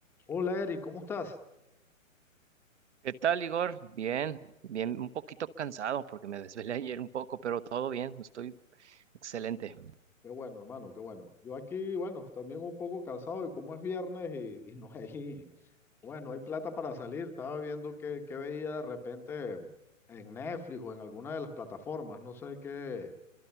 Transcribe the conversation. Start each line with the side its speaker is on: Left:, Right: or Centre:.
Centre: Hola Eri, ¿cómo estás?
Right: ¿Qué tal, Igor? Bien, bien, un poquito cansado porque me desvelé ayer un poco, pero todo bien, estoy excelente.
Centre: Qué bueno, hermano, qué bueno. Yo aquí, bueno, también un poco cansado y como es viernes y, y no <laughs> hay, bueno, no hay plata para salir. Estaba viendo qué qué veía de repente en Netflix o en alguna de las plataformas. No sé qué,